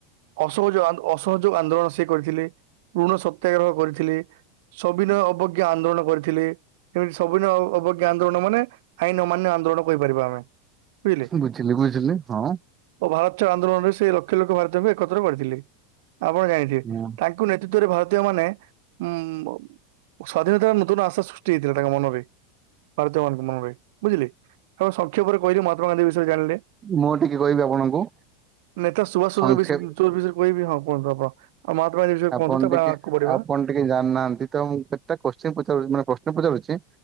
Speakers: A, on the right (about 65°); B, on the right (about 30°).
A: ଅସହଯ ଅସହଯୋଗ ଆନ୍ଦୋଳନ ସେ କରିଥିଲେ ଋଣ ସତ୍ୟାଗ୍ରହ କରିଥିଲେ ସବିନୟ ଅବଜ୍ଞା ଆନ୍ଦୋଳନ କରିଥିଲେ। ଏମିତି ସବିନୟ ଅବଜ୍ଞା ଆନ୍ଦୋଳନ ମାନେ ଆଇନ୍ ଅମାନ୍ୟ ଆନ୍ଦୋଳନ କହିପାରିବା ଆମେ। ବୁଝିଲେ
B: ବୁଝିଲି ବୁଝିଲି ହଁ।
A: ଓ ଭାରତ ଛାଡ ଆନ୍ଦୋଳନରେ ସେ ଲକ୍ଷ ଲକ୍ଷ ଭାରତୀୟଙ୍କୁ ଏକତ୍ରିତ କରିଥିଲେ ଆପଣ ଜାଣିଥିବେ
B: ମୁଁ
A: ତାଙ୍କୁ ତୀତରେ ଭାରତୀୟ ମାନେ ଉଁ ସ୍ଵାଧୀନତାର ନୂତନ ଆଶା ସୃଷ୍ଟି ହେଇଥିଲା ତାଙ୍କ ମନରେ। ଭାରତୀୟମାନଙ୍କ ମନରେ ବୁଝିଲେ ତ ସଂକ୍ଷେପରେ କହିଲି ମହାତ୍ମା ଗାନ୍ଧୀ ବିଷୟରେ ଜାଣିଲେ।
B: ମୁଁ ଟିକେ କହିବି ଆପଣଙ୍କୁ।
A: ନେତା ସୁଭାଷ ଚନ୍ଦ୍ର
B: ସଂକ୍ଷେପ
A: ବିସ ବିଶୟରେ କହିବି ହଁ କୁହନ୍ତୁ ଆପଣ ଆଉ ମହାତ୍ମା ଗାନ୍ଧୀ ବିଷୟରେ
B: ଆପଣ
A: କୁହନ୍ତୁ ତାପରେ
B: ଟିକେ
A: ଆଗକୁ ବଢିବା।
B: ଆପଣ ଟିକେ ଜାଣିନାହାନ୍ତି ତ ମୁଁ କେତ୍ଟା କୋଶ୍ଚିନ୍ ପଚାରୁଛି ମାନେ ପ୍ରଶ୍ନ ପଚାରୁଛି